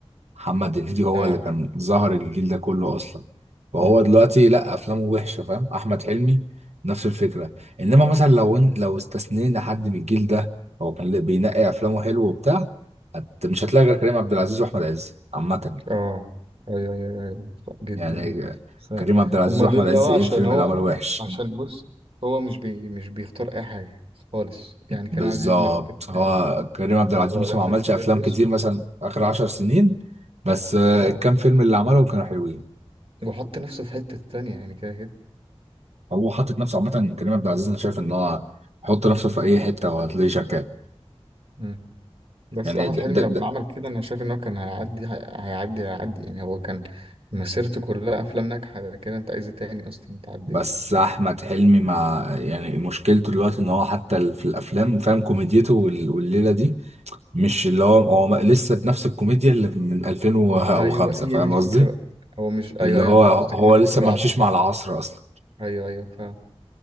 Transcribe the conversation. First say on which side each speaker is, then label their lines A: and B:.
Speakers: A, on the right; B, on the right.
A: محمد هنيدي هو
B: اه
A: اللي كان ظهر الجيل ده كله اصلا وهو
B: مم.
A: دلوقتي لا افلامه وحشه فاهم احمد حلمي نفس الفكره انما مثلا لو إن- لو استثنينا حد من الجيل ده هو كان ل- بينقي افلامه حلو وبتاع هت- مش هتلاقي غير كريم عبد العزيز واحمد عز عامه
B: اه ايوه ايوه ايوه صح جدا
A: يعني
B: يعني صح
A: كريم عبد العزيز
B: هما
A: واحمد
B: دول
A: عز
B: لو
A: ايه
B: عشان
A: الفيلم
B: هو
A: اللي عمله وحش
B: عشان بص هو مش بي... مش بيختار اي حاجة خالص يعني كريم
A: بالظبط
B: عبد العزيز ما بيختارش
A: هو
B: أي حاجة.
A: كريم عبد العزيز
B: هو
A: مثلا
B: لازم
A: ما عملش
B: يدور
A: افلام
B: بص
A: كتير مثلا اخر عشر سنين بس آه،
B: آه،
A: الكام فيلم اللي عملهم كانوا حلوين
B: وحط نفسه في حتة تانية يعني كده كده
A: هو حاطط نفسه عامة كريم عبد العزيز أنا شايف إن هو حط نفسه في أي حتة وهتلاقيه شغال
B: مم. بس
A: يعني
B: أحمد
A: ده
B: حلمي
A: ده
B: لو
A: ده
B: كان عمل كده أنا شايف إن هو كان هيعدي هيعدي هيعدي يعني هو كان مسيرته كلها أفلام ناجحة ده كده أنت عايز إيه تاني أصلا أنت عديت
A: بس أحمد حلمي مع يعني مشكلته دلوقتي إن هو حتى ال- في الأفلام فاهم كوميديته وال- والليلة دي مش اللي هو هو ما- لسه بنفس الكوميديا اللي من 2005
B: أيوه هي
A: فاهم
B: دي الفكرة
A: قصدي؟
B: بقى هو مش أيوه
A: اللي
B: أيوه
A: هو
B: قصدك
A: هو
B: إن هو
A: لسه
B: بيكون بالعافية
A: ما مشيش مع
B: يعني.
A: العصر أصلا
B: أيوه أيوه فاهم